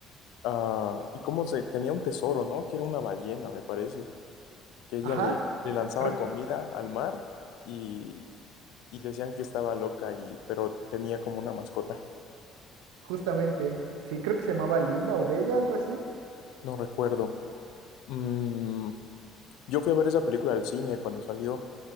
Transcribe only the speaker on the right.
Ajá,
creo
Justamente, sí, creo que se llamaba Linda o Bella, algo así.